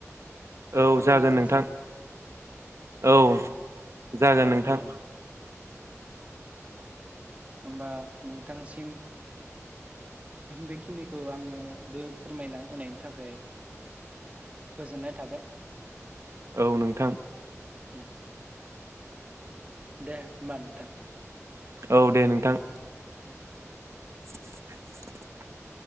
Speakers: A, on the right; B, on the right.
A: औ
B: नोंथाङा
A: जागोन नोंथां
B: मा सानो
A: औ। जागोन नोंथां।
B: औ होमबा नोंथांसिम बेखिनिखौ आंनोबो फोरमायना होनायनि थाखै गोजोननाय थाबाय।
A: औ नोंथां।
B: उम दे होमबा नोंथां
A: औ दे नोंथां
B: <inaudible>
A: <inaudible>